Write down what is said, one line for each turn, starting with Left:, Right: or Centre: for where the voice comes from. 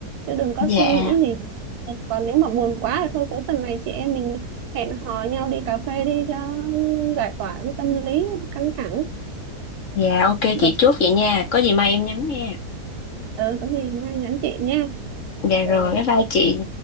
Right: chứ đừng có
Left: Dạ,
Right: suy nghĩ gì còn nếu mà buồn quá thì thôi cuối tuần này chị em mình hẹn hò nhau đi cà phê đi cho giải tỏa cái tâm lý căng thẳng
Left: dạ ok
Right: đầu
Left: chị chốt vậy nha. Có gì mai em nhắn nha.
Right: ừ có gì mai nhắn chị nha
Left: Dạ
Right: rồi
Left: rồi, bye bye chị.